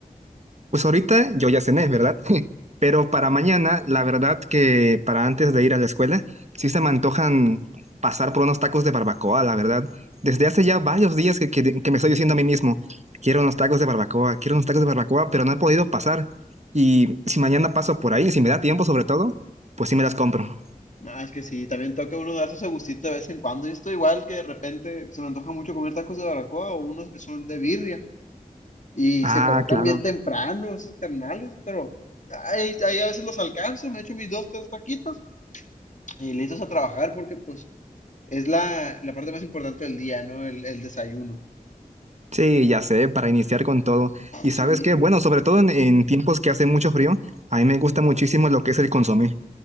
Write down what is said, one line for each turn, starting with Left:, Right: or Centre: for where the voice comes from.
Right: Pues ahorita yo ya cené, ¿verdad? <laughs> Pero para mañana, la verdad que para antes de ir a la escuela, sí se me antojan pasar por unos tacos de barbacoa, la verdad. Desde hace ya varios días que, que- que me estoy diciendo a mí mismo, quiero unos tacos de barbacoa, quiero unos tacos de barbacoa, pero no he podido pasar. Y si mañana paso por ahí, si me da tiempo sobre todo, pues sí me las compro.
Left: Ah, es que sí, también toca uno darse ese gustito de vez en cuando. Yo estoy igual que de repente se me antoja mucho comer tacos de barbacoa o unos que son de birria y
Right: Ah,
Left: se colocan
Right: claro.
Left: bien temprano esos ternales, pero ahí, ahí a veces los alcanzo, me echo mis dos, tres taquitos y listos a trabajar porque pues es la, la parte más importante del día, ¿no? El, el desayuno.
Right: Sí, ya sé, para iniciar con todo. Y sabes
Left: Sí.
Right: qué, bueno, sobre todo en, en tiempos que hace mucho frío, a mí me gusta muchísimo lo que es el consomé.